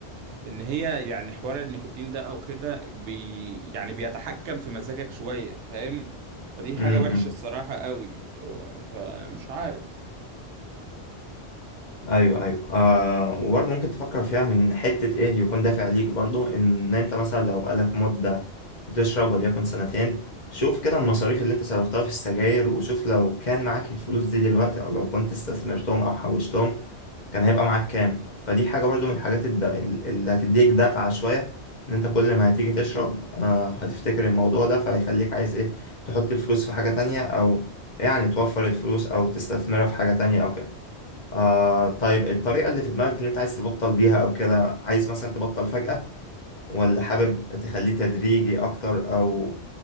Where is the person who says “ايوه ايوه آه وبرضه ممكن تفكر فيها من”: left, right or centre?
Left